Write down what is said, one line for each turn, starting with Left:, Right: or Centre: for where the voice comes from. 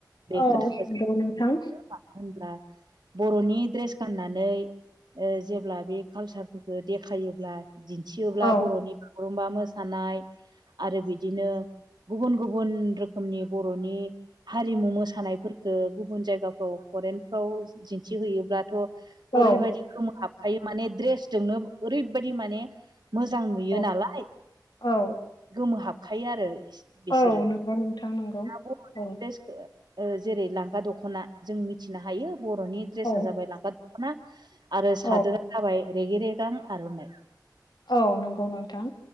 Right: बे
Left: औ
Right: खोथाखो जों
Left: नंगौ
Right: खोनानो
Left: नोंथां
Right: मोनदों मानो होनब्ला बर'नि ड्रेस गाननानै ओ जेब्ला बे कालसारफोरखौ देखायोब्ला दिन्थियोब्ला
Left: औ
Right: बर'नि बागुरुमबा मोसानाय आरो बिदिनो गुबुन गुबुन रोखोमनि बर'नि हारिमु मोसानायफोरफोरखो गुबुन जायगाफ्राव फरेनफ्राव दि थि होयोब्लाथ' ओरैबायदि
Left: औ
Right: खमोहाबखायो माने दड्रेस जोंनो ओरैबायदि माने मोजां नुयो
Left: नंगौ
Right: नालाय
Left: औ
Right: गोमोहाब खायो आरो बिसोरो
Left: औ नंगौ नोंथां नंगौ
Right: दा बर'नि
Left: औ
Right: द्रेसखो ओ जेरै लांगा दख'ना जों मिथिनो हायो बर'नि ड्रेसा
Left: औ
Right: जाबाय लांगा दख'ना आरो सादोरा
Left: औ
Right: जाबाय रेगे रेगां आर'नाइ
Left: औ नंगौ नोंथां